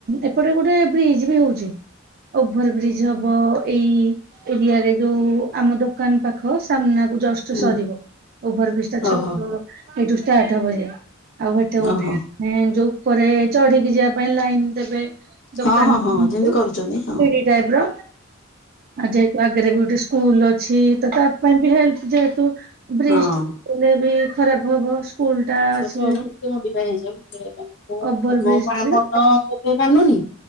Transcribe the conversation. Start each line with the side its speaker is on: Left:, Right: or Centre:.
Right: ଏପଟେ ଗୋଟେ ବ୍ରିଜ ବି ହଉଛି। ଓଭର ବ୍ରିଜ୍ ହବ ଏଇ ଏରିଆରେ, ଯୋଉ ଆମ ଦୋକାନ ପାଖ ସାମ୍ନାକୁ ଜଷ୍ଟ୍।
Left: ହୁଁ
Right: ସ ସରିବ ଓଭର ବ୍ରିଜ୍ ଟା ଛକ
Left: ଓହୋ
Right: ଏଇଠୁ ଷ୍ଟାର୍ଟ ହବ ଯେଏ ଆଉ ହେଠୁ ଗୋଟେ।
Left: ଓହୋ
Right: ହୁଁ ଯୋଉ ଉପରେ ଚଢିକି ଯିବା ପାଇଁ ଲାଇନ୍ ଦେବେ। ଦୋକାନ
Left: ହଁ ହଁ ହଁ ଯେମିତି କରୁଛନ୍ତି ହଁ
Right: ବିରି ଟାଇପ୍ ର ଆ ଯେହେତୁ ଆଗରେ ବି ଗୋଟେ ସ୍କୁଲ ଅଛି ତ ତା ପାଇଁ ବି ହେଲ୍ପ ଯେହେତୁ ବ୍ରିଜ୍
Left: ହଁ।
Right: କଲେ ବି ଖରାପ୍ ହବ। ସ୍କୁଲ ଟା
Left: ସୋକ
Right: ଅଛି
Left: ହବନି
Right: ଯେହେତୁ
Left: ଟିକେ ମୋ ଡିଫାଏ ହେଇଯାଉ କଁ ମୁଁ
Right: ଓଭର
Left: ମୋ
Right: ବ୍ରିଜ
Left: ମା
Right: କରିବେ
Left: ମନ। କେବେ ମନୁନି